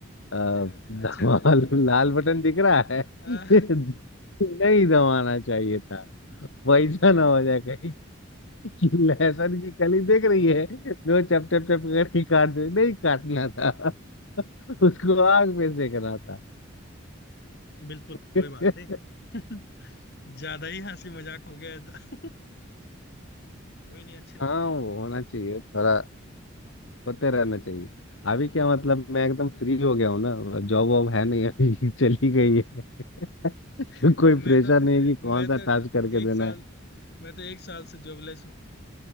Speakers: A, on the left; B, on the left.
A: अ,
B: विजय राजे
A: धमाल
B: अच्छा
A: लाल बटन दिख रहा है
B: आ,
A: <laughs> नहीं दबाना चाहिए था वैसा ना हो जाए कहीं <laughs> लहसुन की कली देख रही है जो चप चप चप करके <laughs> काट दे नहीं काटना था <laughs> उसको आग में सेकना था
B: <laughs> बिल्कुल कोई
A: <laughs>
B: बात नहीं <laughs> ज्यादा ही हंसी मजाक हो गया था <laughs> कोई नहीं अच्छी बात
A: हाँ
B: है
A: वो होना चाहिए थोड़ा होते रहना चाहिए
B: हम्म,
A: अभी क्या मतलब मैं एकदम फ्री हो गया हूँ ना जॉब
B: हम्म।
A: वॉब है नहीं अभी <laughs> चली गई है <laughs> तो
B: <laughs>
A: कोई
B: मैं
A: प्रेशर
B: तो
A: नहीं है कि
B: मैं
A: कौन सा
B: तो
A: टास्क करके
B: एक
A: देना
B: साल
A: है
B: मैं तो एक साल से जॉबलेस हूँ